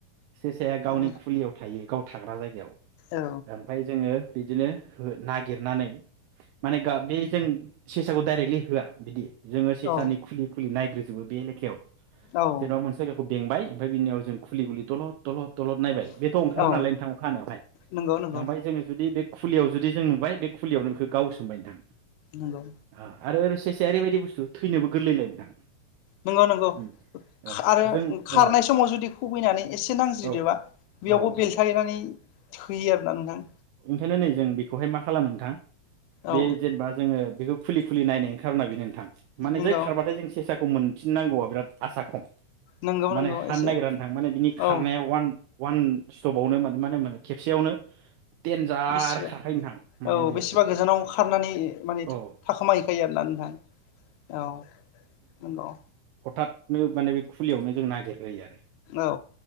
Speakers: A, on the right (about 75°); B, on the left (about 80°).
A: सेसाया गावनि
B: माने
A: खुलियाव थायो गाव थाग्रा जायगायाव
B: औ
A: ओमफाय जोङो बिदिनो नागिरनानै माने गा बे जों सेसाखौ डाइरेक्टलि होआ बिदि जोङो सेसानि
B: औ
A: खुलि खुलि नाय बे लेखायाव
B: औ
A: जेनेबा मोनसे जायगाखौ बेंबाय ओमफ्राय बिनिनयाव जों खुलि गुलि थलद थलद दलद नायबाय बेथ' ओंखारो
B: औ
A: नालाय नोंथां अखा हानायावहाय
B: नंगौ नंगौ
A: ओमफ्राय जोङो जुदि बे खुलियाव जुदि जों नुबाय बे खुलियावनो बेखौ गावसोमबाय नोंथां।
B: नंगौ
A: आरो सेसाया ओरैबायदि बुस्थु थैनोबो गोरलैलाय नोंथां।
B: नंगौ नंगौ
A: उम औ
B: आरो
A: जों औ
B: खारनाय समाव जुदि खुबैनानै एसे नांज्रिदोबा
A: औ
B: बेयावबो
A: औ नोंथां
B: बेलथायनानै थोयो आरोना नोंथां।
A: बेंखायनो नै जों बेखौहाय मा खालामो नोंथां।
B: औ
A: बे जेनेबा जोङो बेखौ खुलि खुलि नायनायनि खारना बेनो नोंथां। माने
B: नंगौ
A: जाय खारबाथाय जों सेसा मोन फिननांगौआ बिराद आसा खम
B: नंगौ
A: माने
B: नंगौ
A: हानो
B: एसे
A: नागिरनानै नोंथां माने बिनि खारनाया
B: औ
A: वान अन स्टपावनो मा होने मोनो खेबसेयावनो देनजार
B: बेसेबा
A: खारखायो नोंथां माने
B: औ
A: बेयो
B: बेसेबा गोजानाव खारनानै माने
A: औ
B: थाखामाहैैखायो आरोना नोंथां औ नंगौ।
A: हथाथनो माने बे खुलियावनो जों नागिरग्रोयो आरो
B: औ।